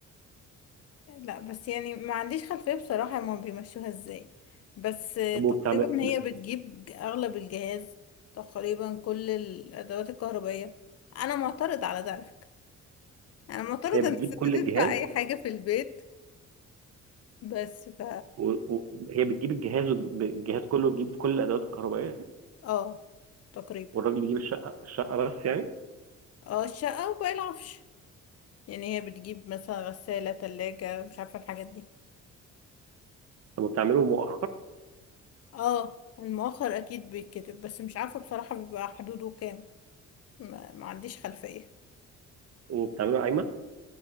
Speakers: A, on the left; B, on the right.
A: لا بس يعني ما عنديش خلفية بصراحة هما بيمشوها ازاي بس آه،
B: طب
A: تقريبا
B: وبتعمل بت...
A: هي بتجيب ج- أغلب الجهاز تقريبا كل الأدوات الكهربائية أنا معترض على ده على فكرة أنا معترضة
B: هي بتجيب
A: إن الست
B: كل
A: تدفع
B: الجهاز
A: أي حاجة في البيت بس ف
B: وهي و... و- هي بتجيب الجهاز وب- الجهاز كله بيجيب كل الادوات الكهربائيه
A: اه تقريبا
B: والراجل بيجيب الشقه الشقه بس يعني
A: اه الشقة وباقي العفش يعني هي بتجيب مثلا غسالة تلاجة مش عارفة الحاجات دي
B: طب وبتعمله مؤخر
A: اه المؤخر اكيد بيتكتب بس مش عارفة بصراحة بيبقى حدوده كام ما, ما عنديش خلفية
B: وبتعمله قايمه